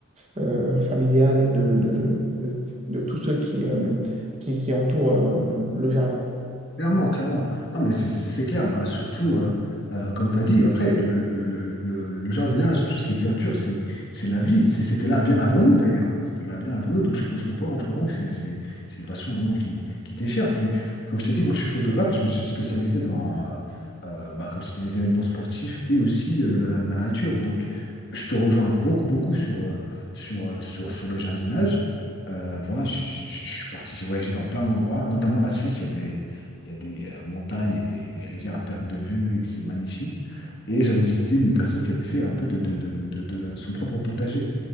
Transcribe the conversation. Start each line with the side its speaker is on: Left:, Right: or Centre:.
Right: euh, familial et de, de, de- de tous ceux qui, euh, qui, qui entourent euh, le jardin.
Left: Clairement, clairement. Non, mais c'est c'est- c'est clair. Bah, surtout, euh, euh, comme tu as dit, après, le, le- le- le- le jardinage, tout ce qui est verdure, c'est c'est la vie. C'est- C'était là bien avant nous, d'ailleurs. C'était là bien avant nous. Donc, je, je comprends, je comprends que c'est c'est- c'est une passion vraiment qui, qui t'est chère. Puis, comme je t'ai dit, moi, je suis photographe et je me suis spécialisé dans, euh, euh, bah, comme je t'ai dit, les événements sportifs et aussi euh, la, la- la nature. Donc, je te rejoins beaucoup, beaucoup sur, euh, sur, euh, sur, sur le jardinage. Euh, voilà, je, je- je- je suis parti voyager dans plein d'endroits, notamment la Suisse. Il y a des il y a des euh, montagnes et des, des rivières à perte de vue et que c'est magnifique. Et j'avais visité une personne qui avait fait un peu de, de, de, de- de son propre potager.